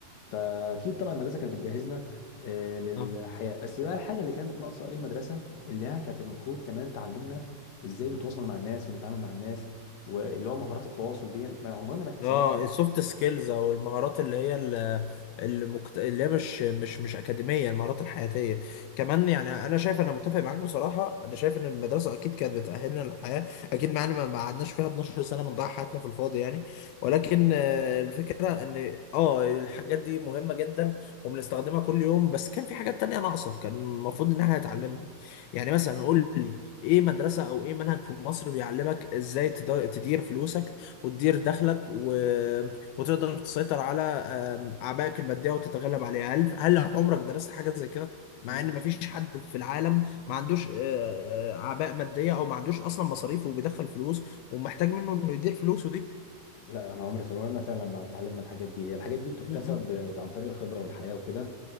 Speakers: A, on the left (about 65°); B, on the left (about 80°).
A: فاكيد طبعا المدرسه كانت بتجهزنا آه، للحياه
B: آه.
A: بس بقى الحاجه اللي كانت ناقصه ايه المدرسه اللي هي كانت المفروض كمان تعلمنا ازاي نتواصل مع الناس ونتعامل مع الناس واللي هو مهارات التواصل دي ما عمرنا ما اكتسبناها
B: اه السوفت سكيلز او المهارات اللي هي ال- المكت... اللي هي مش مش مش اكاديميه المهارات الحياتيه كمان يعني انا شايف انا متفق معاك بصراحه انا شايف ان المدرسه اكيد كانت بتاهلنا للحياه اكيد معانا ما ما قعدناش فيها 12 سنه بنضيع حياتنا في الفاضي يعني ولكن آه، الفكره ان اه الحاجات دي مهمه جدا وبنستخدمها كل يوم بس كان في حاجات تانية ناقصه كان المفروض ان احنا نتعلمها يعني مثلا قول لي ايه مدرسه او ايه منهج في مصر بيعلمك ازاي تد- تدير فلوسك وتدير دخلك و... وتقدر تسيطر على آم، عبائك المادية وتتغلب عليها هل هل عمرك درست حاجة زي كده مع
A: لا
B: ان مفيش حد في العالم ما عندوش آه، آه، عباء مادية او ما عندوش اصلا مصاريف وبيدخل فلوس ومحتاج منه انه يدير فلوسه دي
A: لا انا عمري في عمرنا فعلا ما اتعلمنا الحاجات دي هي الحاجات دي بتكتسب
B: م- م-
A: ب- عن طريق الخبره والحياه وكده